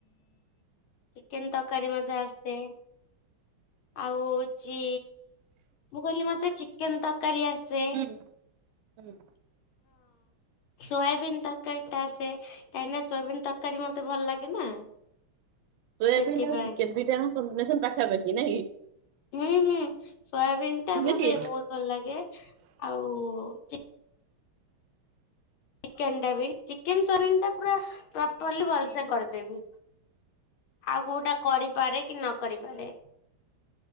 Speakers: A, on the left; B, on the right.
A: କେନ୍ ତରକାରୀ ମତେ ଆସେ। ଆଉ ହୋଉଚି ମୁଁ କହିଲି ମତେ ଚିକେନ ତରକାରୀ ଆସେ।
B: ହୁଁ ହୁଁ।
A: ସୋୟାବିିନ ତରକାରୀ ଟା ଆସେ କାହିଁକି ନା ସୋୟାବିିନ ତରକାରୀ ମତେ ଭଲ ଲାଗେ ନା।
B: ସୋୟାବିନ୍
A: ସେଥିପାଇଁ
B: ଆଉ ଚିକେନ ଦୁଇଟାଙ୍କ କମ୍ୱିନେସନ ପାଖାପାଖି ନାଇଁ କି?
A: ହୁଁ ହୁଁ ସୋୟାବନ୍ ଟା
B: ନୁହେଁ
A: ମତେ
B: କି?
A: ବୋହୁତ ଭଲ ଲାଗେ ଆଉ। ଚି କେନ ଟା ବି ଚିକେନ ସୋୟାବିନଟା ପୁରା ପ୍ରପରଲି ଭଲ ସେ କରିଦେବି ଆଉ କୋଉଟା କରିପାରେ କି ନ କରିପାରେ